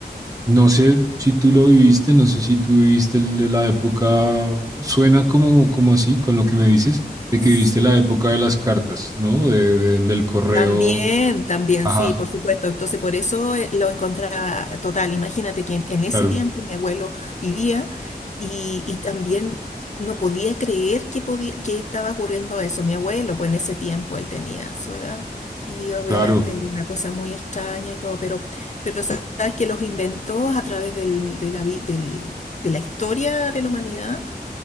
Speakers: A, on the right (about 20°); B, on the left (about 45°).
A: no sé si tú lo viviste, no sé si tú viviste el- la época, suena como, como así con lo que me dices, de
B: sí.
A: que viviste la época de las cartas, ¿no? De- de- del correo,
B: También, también,
A: ajá,
B: sí, por supuesto. Entonces, por eso eh, lo encontraba total. Imagínate que en, en ese
A: claro,
B: tiempo mi abuelo vivía y, y también no podía creer que, podía, que estaba ocurriendo eso. Mi abuelo, pues en ese tiempo él tenía su edad y obviamente
A: claro.
B: era una cosa muy extraña y todo, pero, pero sa- sabes que los inventó a través del- de la, vi- del- de la historia de la humanidad